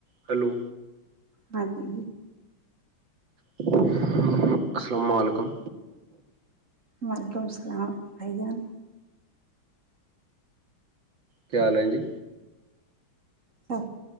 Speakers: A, on the right; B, on the right.
A: Hello
B: ہاں جی
A: <unintelligible> السلام علیکم
B: وعلیکم لسلام بھائی جان
A: کیا حل ہے جی
B: سب